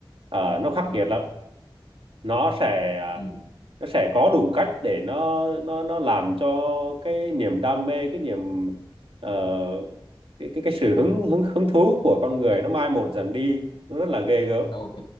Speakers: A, on the right; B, on the left.
A: ờ, nó khắc
B: ừ
A: nghiệt lắm. Nó sẽ ờ,
B: ừ
A: nó sẽ có đủ cách để nó nó nó làm cho cái niềm đam mê cái niềm ờ, cái cái cái sự hứng hứng hứng thú của con người nó mai một dần đi nó rất là ghê gớm
B: ok